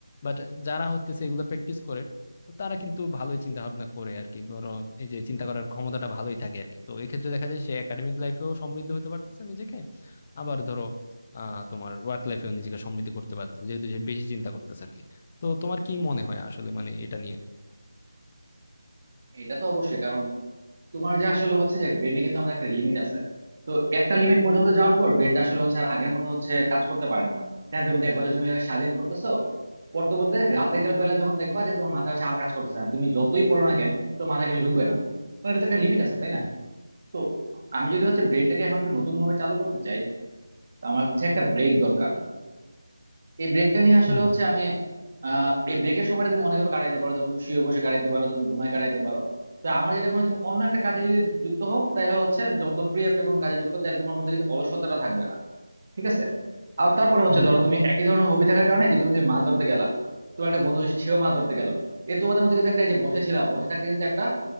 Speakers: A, on the left; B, on the right.
A: বাট যারা হচ্ছে এগুলো প্র্যাকটিস করে তো তারা কিন্তু ভালোই চিন্তা ভাবনা করে আর কি ধরো এই যে চিন্তা করার ক্ষমতাটা ভালোই থাকে আর কি তো এক্ষেত্রে দেখা যায় সে একাডেমিক লাইফেও সমৃদ্ধ হতে পারতেছে নিজেকে আবার ধরো আহ তোমার ওয়ার্ক লাইফেও নিজেকে সমৃদ্ধ করতে পারতেছে যেহেতু সে বেশি চিন্তা করতেছে আর কি তো তোমার কি মনে হয় আসলে মানে এটা নিয়ে
B: এটা তো অবশ্যই কারণ তোমার যে আসলে হচ্ছে যে ব্রেনে কিন্তু আমাদের একটা লিমিট আছে তো একটা লিমিট পর্যন্ত যাওয়ার পর ব্রেনটা আসলে হচ্ছে আর আগের মতো হচ্ছে কাজ করতে পারে না হ্যাঁ তুমি দেখবা যে তুমি স্বাধীন করতেছো পড়তে পড়তে রাতে গেলে বেলা যখন দেখবা যে তোমার মাথা হচ্ছে আর কাজ করতেছে না তুমি যতই পড়ো না কেন তো মাথা কিছু ঢুকবে না কারণ এটা তো একটা লিমিট আছে তাই না
A: হুম
B: তো আমি যদি হচ্ছে ব্রেনটাকে এখন একটু নতুন ভাবে চালু করতে চাই তো আমার হচ্ছে একটা ব্রেক দরকার এই ব্রেকটা নিয়ে আসলে
A: হুম
B: হচ্ছে আমি আহ এই ব্রেকের সময়টা তুমি অনেকভাবে কাটাইতে পারো যেমন তুমি শুয়ে বসে কাটাইতে পারো তুমি ঘুমায় কাটাইতে পারো তো আমার যেটা মনে হয় তুমি অন্য একটা কাজে যদি যুক্ত হও তাহলে হচ্ছে যেমন তোমার প্রিয় একটা কোনো কাজে যুক্ত হতে একদম আমার মধ্যে কিন্তু অলসতাটা থাকবে না ঠিক আছে আর তারপরে হচ্ছে
A: হুম।
B: ধরো তুমি একই ধরনের হবি থাকার কারণে যে তুমি যে মাছ ধরতে গেলা তোমার একটা বন্ধু সেও মাছ ধরতে গেল এ তোমাদের মধ্যে কিন্তু একটা এই যে বসেছিলা বসে থাকতে কিন্তু একটা